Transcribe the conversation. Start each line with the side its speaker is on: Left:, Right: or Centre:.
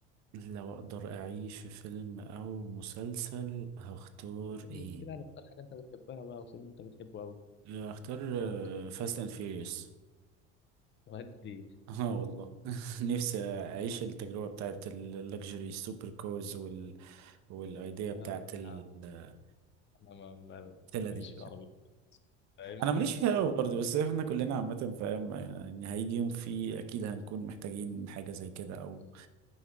Right: لو اقدر اعيش في فيلم او مسلسل هختار
Left: فيلم
Right: ايه
Left: كده هنختار حاجه انت بتحبها بقى وفيلم انت بتحبه قوي
Right: آه، هختار
Left: او
Right: فاست اند فيوريوس
Left: ودي
Right: اه والله <laughs> نفسي اعيش التجربه بتاعت اللكجري سوبر كوز وال والايديا
Left: لا
Right: بتاعت
Left: لا
Right: ال-
Left: لا، انا ما ما-
Right: الفيلا
Left: ماليش
Right: دي
Left: في العربي خالص. فاهم
Right: انا ماليش فيها قوي برضه بس احنا كلنا عامه فاهم يعني هيجي يوم فيه اكيد هنكون محتاجين حاجه زي كده او
Left: <laughs>